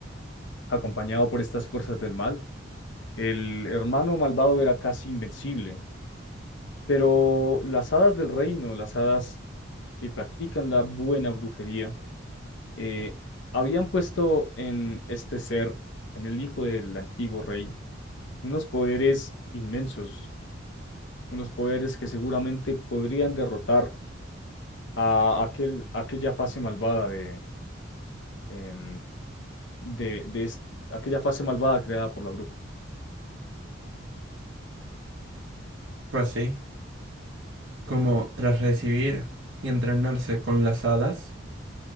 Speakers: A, on the left (about 65°); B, on the right (about 70°).
A: Acompañado por estas fuerzas del mal, el hermano malvado era casi invencible, Pero las hadas del reino, las hadas que practican la buena brujería, eh, habían puesto en este ser, en el hijo del antiguo rey, unos poderes inmensos, unos poderes que seguramente podrían derrotar a aquel, aquella fase malvada de, em, de, de es- aquella fase malvada creada por la bruja,
B: Fue así como, tras recibir y entrenarse con las hadas,